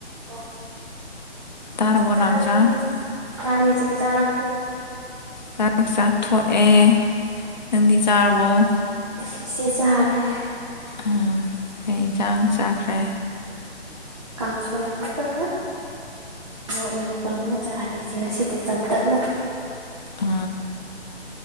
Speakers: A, on the right; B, on the left.
A: ꯍ
B: ꯇꯥꯔꯕꯣ
A: ꯆꯔꯄꯕꯨ
B: ꯅꯥꯎꯆꯥ
A: ꯆꯥꯅꯤ ꯆꯔꯄꯕꯨ
B: ꯆꯥꯛ ꯆꯥꯊꯣꯛꯑꯦ ꯅꯪꯗꯤ ꯆꯥꯔꯕ ꯑꯃ
A: ꯁꯤꯁꯦ ꯆꯥꯔꯦ
B: ꯑꯥ ꯀꯩ ꯌꯦꯟꯁꯥꯡ ꯆꯥꯈ꯭ꯔꯦ
A: ꯀꯥꯡꯁꯣꯏ ꯑꯃꯒ ꯃꯣꯔꯣꯛ ꯃꯅꯤꯄ ꯑꯃꯒ ꯆꯥꯔꯦꯁꯦ ꯉꯁꯤꯗꯤ ꯆꯝꯇꯛꯅ
B: ꯑ